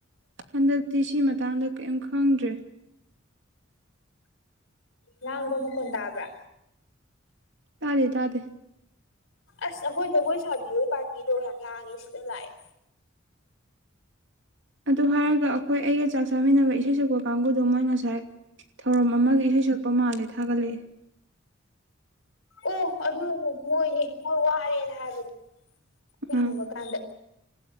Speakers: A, on the right (about 65°); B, on the left (about 80°).
A: ꯍꯟꯗꯛꯇꯤ ꯁꯤ ꯃꯇꯥꯡꯗ ꯀꯔꯤꯝ ꯈꯪꯗ꯭ꯔꯦ
B: ꯂꯥꯡꯕ ꯃꯈꯣꯟ ꯇꯥꯕ꯭ꯔꯥ
A: ꯇꯥꯗꯦ ꯇꯥꯗꯦ
B: ꯑꯁ ꯑꯩꯈꯣꯏ ꯖꯒꯣꯏ ꯁꯥꯕꯤꯌꯣꯏ ꯄꯥꯔꯇꯤꯗꯣ ꯌꯥꯝ ꯂꯥꯡꯉꯦ ꯁꯤꯗ ꯂꯥꯛꯑꯦ
A: ꯑꯗꯨ ꯍꯥꯏꯔꯒ ꯑꯩꯈꯣꯏ ꯑꯩꯒ ꯆꯥꯛ ꯆꯥꯃꯤꯟꯅꯕ ꯏꯁꯩ ꯁꯛꯄ ꯀꯥꯡꯕꯨꯗꯨꯣ ꯃꯣꯏ ꯉꯁꯥꯏ ꯊꯧꯔꯝ ꯑꯃꯒꯤ ꯏꯁꯩ ꯁꯛꯄ ꯃꯥꯜꯂꯦ ꯊꯥꯒꯠꯂꯛꯑꯦ
B: ꯑꯣ ꯑꯗꯨꯅꯦ ꯃꯣꯏꯅꯦ ꯅꯣꯏ ꯋꯥꯔꯦꯅ ꯍꯥꯏꯕꯅꯤ ꯑꯩꯅ
A: ꯎꯝ
B: ꯍꯪꯕ ꯀꯥꯟꯗ